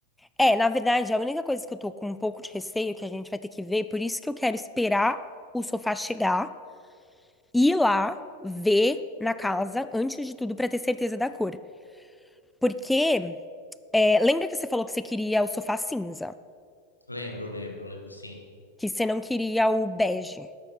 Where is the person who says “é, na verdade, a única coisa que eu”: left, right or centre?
Centre